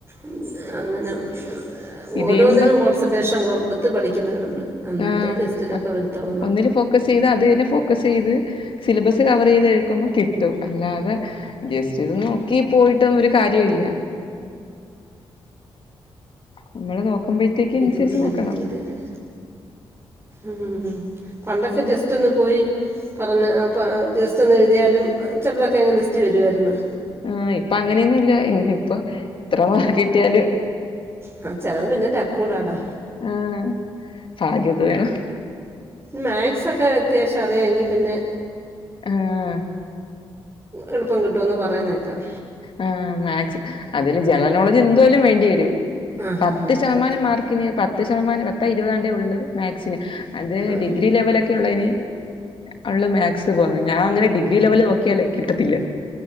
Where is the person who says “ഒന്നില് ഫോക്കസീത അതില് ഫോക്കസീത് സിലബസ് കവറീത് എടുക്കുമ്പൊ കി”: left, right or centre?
Left